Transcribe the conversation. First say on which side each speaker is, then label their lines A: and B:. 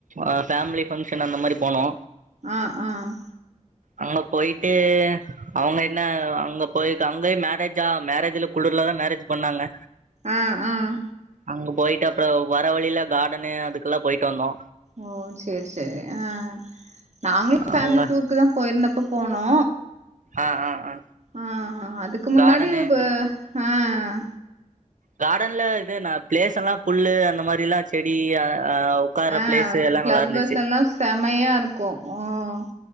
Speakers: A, on the right; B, on the right.
A: அ ஃபேம்லி ஃபங்க்ஷன் அந்த மாரி போனோ
B: ஆஹ் ஆஹ்
A: அங்க போயிட்டு அவுங்க என்ன அங்க போய் அங்கயு மேரேஜா மேரேஜ்ல குளிர்லதா மேரேஜ் பண்ணாங்க
B: ஆஹ் ஆஹ்
A: அங்க போயிட்டு அப்புறம் வர்ர வழியில கார்டனு அதுக்கெல்லா போயிட்டு வந்தோ
B: ஓ சேர் சேரி ஆஹ் நாங்களு ஃபேமிலி
A: அங்க
B: டூருக்குதா போயிருந்தப்ப போனோ
A: ஆ ஆ ஆ
B: ஆஹ் அதுக்கு முன்னாடி
A: கார்டனு
B: இப்ப ஆஹ்
A: கார்டன்ல இது நா பிளேஸ் எல்லா புல்லு அந்த மாரியெல்லா செடி அ உக்கார்ற
B: அஹ்
A: பிளேஸு எல்லா
B: ஃபிளவர்ஸ்
A: நல்லா இருந்துச்சு
B: எல்லா செமயா இருக்கு உம்